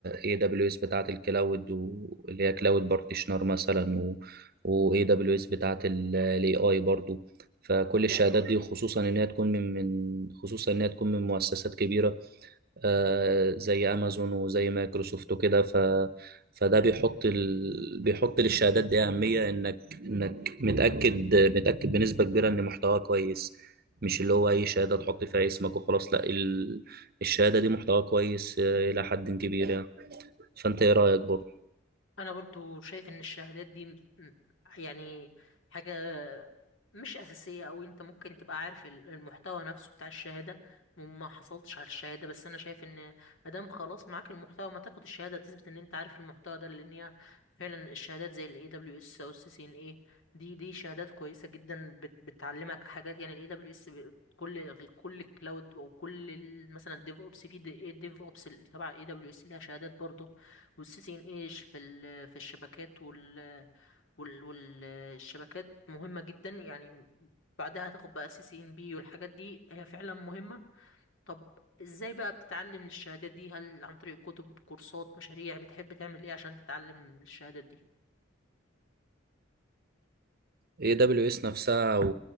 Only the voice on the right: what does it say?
هي AWS بتاعة الكلاود واللي هي كلاود بارتيشنر مثلا و و AWS بتاعة ال AI برضو فكل الشهادات دي خصوصا إن هي تكون من من خصوصا إن هي تكون من مؤسسات كبيرة آه، زي امازون وزي مايكروسوفت وكده ف فده بيحط ال... بيحط للشهادات دي اهميه انك انك متاكد متاكد بنسبه كبيره ان محتواها كويس مش اللي هو اي شهاده تحط فيها اسمك وخلاص لا ال... الشهاده دي محتواها كويس آه، الى حد كبير يعني فانت ايه رايك برضه
اي دبليو اس نفسها او